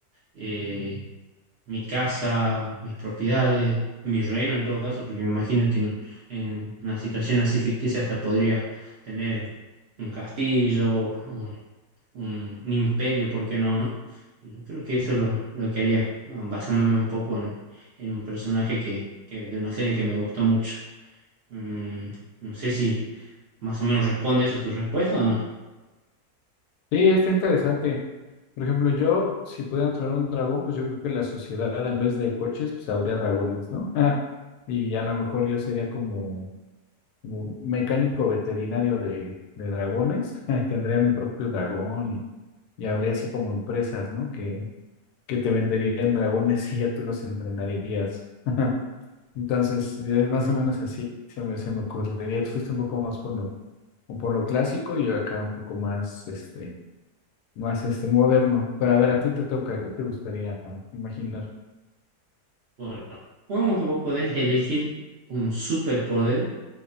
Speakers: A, on the right; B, on the left.
A: eh, mi casa, mis propiedades, mi reino en todo caso, porque me imagino que en, en una situación así ficticia hasta podría tener un castillo, un, un imperio, ¿por qué no, no? Yo creo que eso es lo, lo que haría, ah, basándome un poco en, en un personaje que, que- de una serie que me gustó mucho. Mm, no sé si más o menos responde eso tu respuesta o no.
B: Sí, está interesante. Por ejemplo, yo, si pudiera entrenar un dragón, pues yo creo que la sociedad en vez de coches, pues habría dragones, ¿no? <laughs> Y a lo mejor yo sería como, como mecánico veterinario de, de dragones. <laughs> Tendría mi propio dragón y, y habría así como empresas, ¿no? Que, que te venderían dragones <laughs> y ya tú los entrenarías. Entonces, es
A: Eh,
B: más o menos así, se me, se me ocurriría. Tú Fuiste un poco más por lo, o por lo clásico y yo acá un poco más, este más este moderno. Pero a ver, a ti te toca, ¿qué te gustaría imaginar?
A: bueno, supongamos que vos podés elegir un superpoder,